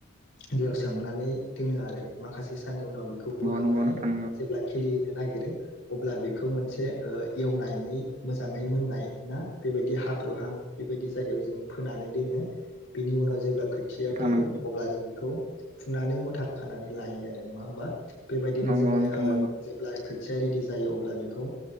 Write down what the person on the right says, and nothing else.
नंगौ नंगौ नोंथां
नंगौ
नंगौ
नोंथां
नंगौ